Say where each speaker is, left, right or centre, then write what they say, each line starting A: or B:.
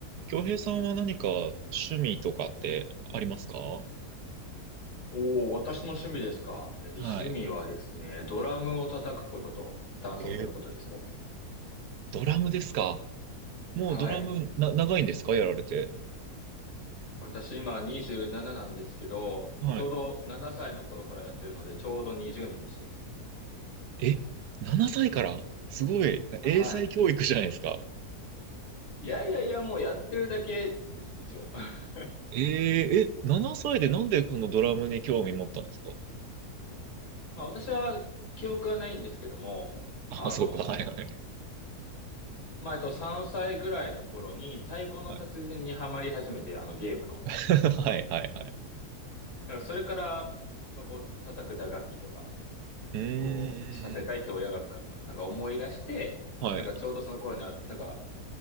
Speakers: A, on the right; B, on the left.
A: 京平さんは何か趣味とかってありますかは
B: おお、私の趣味ですか。えー趣味はですね、
A: い。
B: ドラムを叩くこととダンスを踊ることですね。
A: えードラムですかもうドラムな、
B: はい。
A: 長いんですかやられて。
B: 私今27なななんですけど、
A: はい。
B: ちょうど7歳の頃からやってるので、ちょうど20年ですね。
A: え、7歳からすごい。
B: はい。
A: 英才教育じゃないですか。
B: いやいやいや、もうやってるだけです、一応。<laughs>
A: えー、え、7歳でなんでこのドラムに興味持ったんですか
B: まあ私は記憶はないんですけども、
A: あ、
B: あの、
A: そうか。はいはい。
B: まあえっと3歳ぐらいの頃に太鼓の達人にハマり始めて、
A: はい
B: あのゲームの。
A: <laughs> はいはいはい。
B: なんかそれから、まあこう叩く打楽器とか、
A: うーん。
B: こう、させたいって親がか、なんか思い出して、
A: はい。
B: なんかちょうどその頃には、なんか、